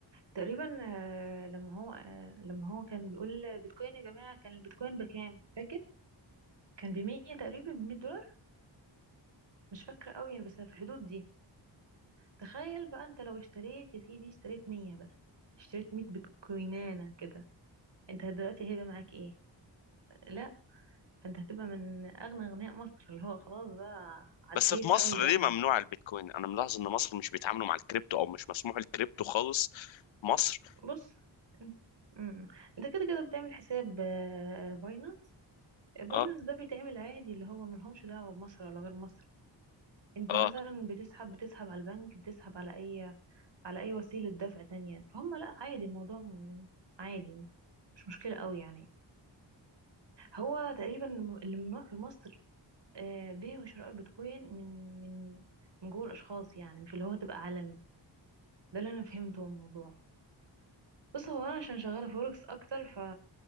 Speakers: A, on the right; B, on the left.
A: تقريبا آه، لما هو آه، لما هو كان بيقول بيتكوين يا جماعة كان البيتكوين بكام فاكر كان بمية تقريبا بمية دولار مش فاكرة قوي يعني بس في الحدود دي تخيل بقى انت لو اشتريت يا سيدي اشتريت مية بس اشتريت مية بيتكوينانة كده انت دلوقتي هيبقى معاك ايه لا انت هتبقى من اغنى اغنياء مصر اللي هو خلاص بقى عديت
B: بس في مصر
A: قوي يعني
B: ليه ممنوع البيتكوين انا ملاحظ ان مصر مش بيتعاملوا مع الكريبتو او مش مسموح الكريبتو خالص في مصر
A: بص انت مم. انت كده كده بتعمل حساب آه، باينانس باينانس
B: اه
A: ده بيتعمل عادي اللي هو ملهمش دعوة بمصر ولا غير مصر انت
B: اه
A: مثلا بتسحب بتسحب على البنك بتسحب على اي على اي وسيلة دفع تانية فهم لا عادي الموضوع م- عادي مش مشكلة قوي يعني هو تقريبا الم- اللي ممنوع في مصر آه، بيع وشراء البيتكوين من من من جوه الاشخاص يعني مش اللي هو تبقى عالمي ده اللي انا فهمته من الموضوع بص هو انا عشان شغالة فوركس اكتر ف